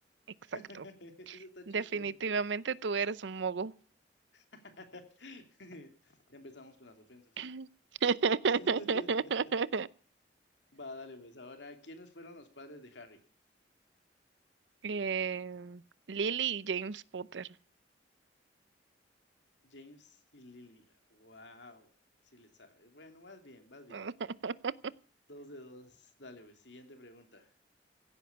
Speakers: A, on the right; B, on the left.
A: exacto.
B: <laughs> Eso está
A: Definitivamente
B: chistoso.
A: tú eres un Mogo.
B: <laughs> Ya empezamos con las ofensas.
A: <laughs>
B: <laughs> Va, dale, pues. Ahora, ¿quiénes fueron los padres de Harry?
A: Eh, Lily y James Potter.
B: James y Lily. Wow, sí le sabes. Bueno, vas bien, vas bien.
A: <laughs>
B: Dos de dos. Dale, pues. Siguiente pregunta.